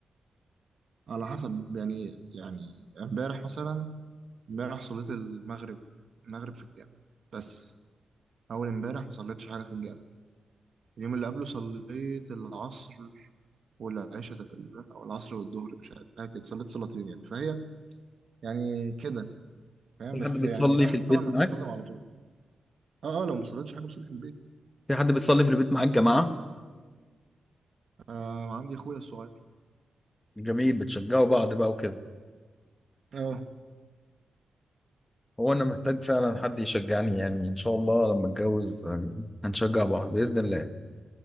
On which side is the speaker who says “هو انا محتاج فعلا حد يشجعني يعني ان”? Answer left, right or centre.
Left